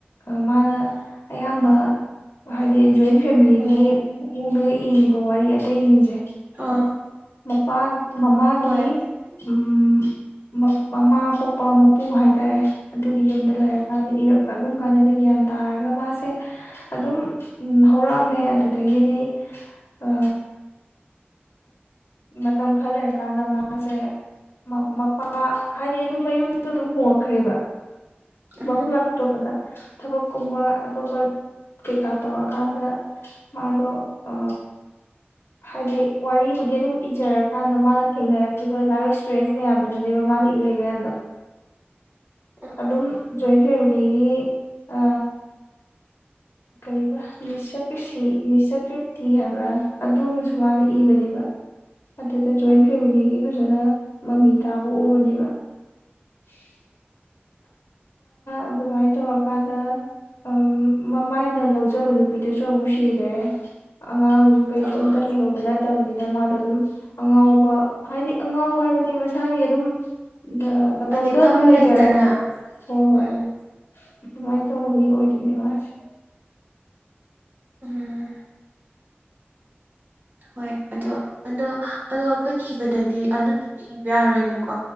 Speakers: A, on the left; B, on the right.
A: ꯑ ꯃꯥꯅ ꯑꯌꯥꯝꯕ ꯍꯥꯏꯗꯤ ꯖꯣꯏꯟ ꯐꯦꯃꯤꯂꯤꯒꯤ
B: ꯎꯝ
A: ꯃꯑꯣꯡꯒ ꯏꯔꯤꯕ ꯋꯥꯔꯤ ꯑꯇꯩꯖꯤꯡꯖꯦ
B: ꯑꯣ
A: ꯃꯄꯥ ꯃꯃꯥꯒꯤ
B: ꯍꯣꯏ
A: ꯎꯝ ꯃꯞ ꯃꯃꯥ ꯄꯣꯛꯄ ꯃꯄꯨ ꯍꯥꯏꯇꯥꯔꯦ ꯑꯗꯨꯒꯤ ꯌꯨꯝꯗ ꯂꯩꯔꯀꯥꯟꯗ ꯏꯔꯛꯄ ꯑꯗꯨꯝ ꯀꯥꯟꯅꯗꯤ ꯒ꯭ꯌꯥꯟ ꯇꯥꯔꯒ ꯃꯥꯁꯦ ꯑꯗꯨꯝ ꯎꯝ ꯍꯧꯔꯛꯑꯝꯃꯦ ꯑꯗꯨꯗꯒꯤꯗꯤ ꯑ ꯃꯇꯝ ꯈꯔ ꯂꯩꯔꯀꯥꯟꯗ ꯃꯥꯁꯦ ꯃ ꯃꯄꯥ ꯍꯥꯏꯗꯤ ꯑꯗꯨꯝ ꯃꯌꯨꯝꯗꯣꯗꯨꯝ ꯍꯣꯡꯉꯛꯈ꯭ꯔꯦꯕ
B: ꯎꯝ
A: ꯃꯐꯝ ꯑꯇꯣꯞꯄꯗ ꯊꯕꯛꯀꯨꯝꯕ ꯑꯇꯣꯞꯄ ꯀꯩꯀꯥ ꯇꯧꯔꯀꯥꯟꯗ ꯃꯗꯣ ꯑ ꯍꯥꯏꯗꯤ ꯋꯥꯔꯤꯕꯨꯗꯤ ꯑꯗꯨꯝ ꯏꯖꯔꯀꯥꯟꯗ ꯃꯥꯅ ꯊꯦꯡꯅꯔꯛꯈꯤꯕ ꯂꯥꯏꯐ ꯑꯦꯛꯁꯄꯤꯔꯦꯟꯟꯁ ꯃꯌꯥꯝꯗꯨꯅꯅꯦꯕ ꯃꯥꯅ ꯏꯔꯛꯏꯕ ꯃꯌꯥꯝꯗꯣ
B: ꯎꯝ
A: ꯑꯗꯨꯝ ꯖꯣꯏꯟ ꯐꯦꯃꯤꯂꯤꯒꯤ ꯑ ꯀꯔꯤꯑꯕ ꯅꯤꯁꯥ ꯀ꯭ꯔꯤꯁꯤ ꯅꯤꯁꯥ ꯀ꯭ꯔꯤꯇꯤ ꯍꯥꯏꯕ꯭ꯔꯥ ꯑꯗꯨ ꯑꯃꯁꯨ ꯃꯥꯅ ꯏꯕꯅꯦꯕ ꯑꯗꯨꯗ ꯖꯣꯏꯟ
B: ꯎꯝ
A: ꯐꯦꯃꯤꯂꯤꯒꯤ ꯐꯖꯅ ꯃꯃꯤ ꯇꯥꯕ ꯎꯕꯅꯦꯕ <unintelligible> ꯑꯗꯨꯃꯥꯏ ꯇꯧꯔꯀꯥꯟꯗ ꯑꯪ ꯃꯃꯥꯏꯅ ꯂꯧꯖꯕ ꯅꯨꯄꯤꯗꯨꯁꯨ ꯑꯃꯨꯛ ꯁꯤꯒꯔꯦ ꯑꯉꯥꯡꯖꯨ ꯀꯩꯖꯨ
B: ꯑꯣ
A: ꯑꯝꯇ ꯂꯩꯍꯧꯕ ꯅꯠꯇꯕꯅꯤꯅ ꯃꯥꯗꯣ ꯑꯗꯨꯝ ꯑꯉꯥꯎꯕ ꯍꯥꯏꯗꯤ ꯑꯉꯥꯎꯕ ꯍꯥꯏꯕꯗꯤ ꯃꯁꯥꯒꯤ ꯑꯗꯨꯝ ꯗ ꯃꯇꯣꯝꯇ
B: ꯂꯦꯞꯐꯝ
A: ꯑꯗꯨꯝ ꯂꯩꯖꯔꯒ
B: ꯂꯩꯇꯅ
A: ꯍꯣꯏ ꯍꯣꯏ
B: ꯎꯝ
A: ꯑꯗꯨꯃꯥꯏꯅ ꯇꯧꯕ ꯃꯤ ꯑꯣꯏꯗꯣꯏꯅꯦ ꯑꯥꯔ꯭ꯠꯁꯦ
B: ꯎꯝ ꯍꯣꯏ ꯑꯗꯣ ꯑꯗꯣ ꯑꯗꯣ ꯑꯩꯈꯣꯏꯅ ꯏꯕꯗꯗꯤ ꯑꯗꯨꯗꯨꯗꯤ ꯏꯕ ꯌꯥꯔꯣꯏꯅꯦꯀꯣ